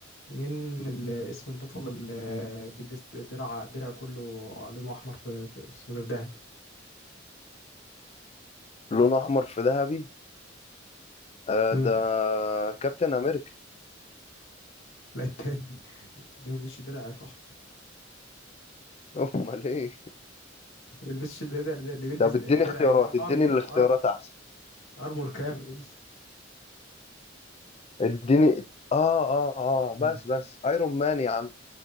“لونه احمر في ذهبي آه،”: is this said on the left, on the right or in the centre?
Left